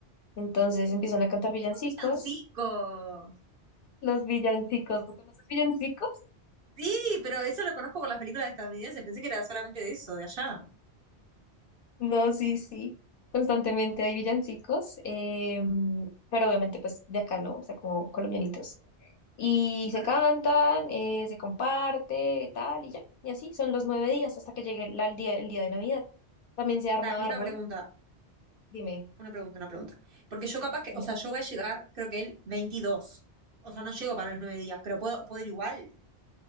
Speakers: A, on the left (about 60°); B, on the right (about 55°).
A: Entonces empiezan a cantar
B: ¡Ay,
A: villancicos.
B: qué son cinco!
A: Los villancicos, ¿conoces villancicos?
B: Sí, pero eso lo conozco por las películas estadounidenses. Pensé que era solamente de eso, de allá.
A: No, sí, sí. Constantemente hay villancicos. em, pero obviamente pues de acá, ¿no? O sea, como colombianitos. Y
B: Ah,
A: se cantan, eh, se comparte, tal y ya. Y así son los nueve días hasta que llegue la- el día, el día de Navidad. También se arma
B: pará, y
A: árbol.
B: una pregunta.
A: Dime,
B: Una pregunta, una pregunta. Porque yo capaz que,
A: dime.
B: o sea, yo voy a llegar, creo que el veintidós O sea, no llego para los nueve días, pero puedo, puedo ir igual.